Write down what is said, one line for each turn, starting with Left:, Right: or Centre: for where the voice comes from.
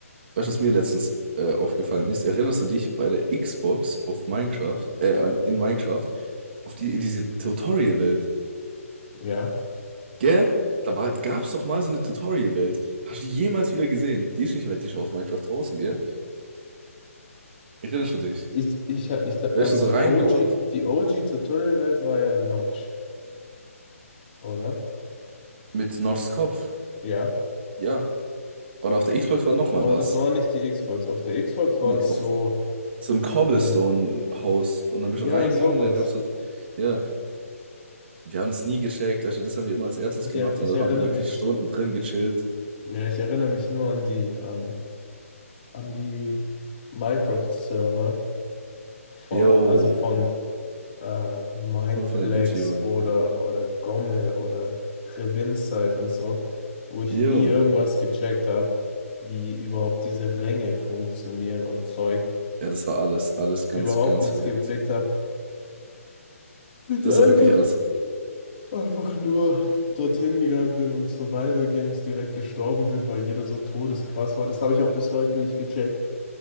Right: Weißt du, was mir letztens äh, aufgefallen ist? Erinnerst du dich bei der Xbox auf Minecraft, äh, an, in Minecraft, auf die, in diese Tutorial-Welt?
Left: Ja.
Right: Gell? Da war, gab's doch mal so eine Tutorial-Welt. Hast du die jemals wieder gesehen? Die ist nicht mehr, die ist aus Minecraft draußen, gell? Erinnerst du dich?
Left: Ich, ich, ich, also
Right: Da bist du so
Left: die
Right: reingewalkt
Left: OG, die OG Tutorial-Welt war ja Notch, oder?
Right: mit Notchs Kopf.
Left: Ja.
Right: Ja. Und auf der Xbox war nochmal
Left: Aber
Right: was.
Left: das war nicht die Xbox. Auf der Xbox war
Right: Nee,
Left: das
Right: auf
Left: so,
Right: so ein Cobblestone-Haus.
Left: ähm,
Right: Und dann bist
Left: ja,
Right: du reingegangen
Left: sowas.
Right: und da gab's halt, ja, wir haben es nie gecheckt. Weißt du, das haben wir immer als erstes
Left: Ich,
Right: gemacht
Left: er, ich
Right: und da
Left: erinnere
Right: haben wir wirklich
Left: mich,
Right: Stunden drin gechillt
Left: ja, ich erinnere mich nur an die, ähm, an die Minecraft-Server, vor,
Right: Yo,
Left: also von äh, Mineplex
Right: nur von den YouTubern.
Left: oder, oder Gomme oder Revinzeit und so, wo ich
Right: Yo.
Left: nie irgendwas gecheckt habe, wie überhaupt diese Ränge funktionieren und Zeug.
Right: Ja, das war alles, alles ganz,
Left: Überhaupt
Right: ganz
Left: nichts
Right: verrückt.
Left: geblickt habe. Bin Ich
Right: Das
Left: einfach,
Right: war wirklich alles.
Left: einfach nur dorthin gegangen bin und Survival Games direkt gestorben bin, weil jeder so todeskrass war. Das habe ich auch bis heute nicht gecheckt.